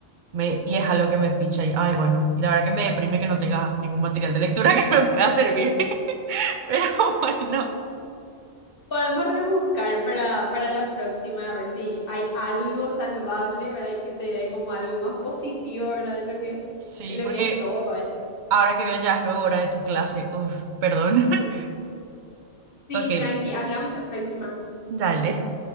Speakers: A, on the right; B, on the left.
A: Me, y es algo que me picha y, ay, bueno, y la verdad que me deprime que no tenga ningún material de lectura <laughs> que me pueda servir. <laughs> Pero bueno,
B: Podemos rebuscar para, para la próxima, a ver si hay algo salvable, ¿verdad? Y que te dé como algo más positivo, ¿verdad? De lo que,
A: sí,
B: de lo
A: porque
B: que es todo, ¿eh?
A: ahora que veo ya es luego hora de tu clase. Uf, perdón.
B: Sí.
A: <laughs>
B: Sí,
A: Ok,
B: tranqui. Hablamos la próxima.
A: dale.
B: Chao.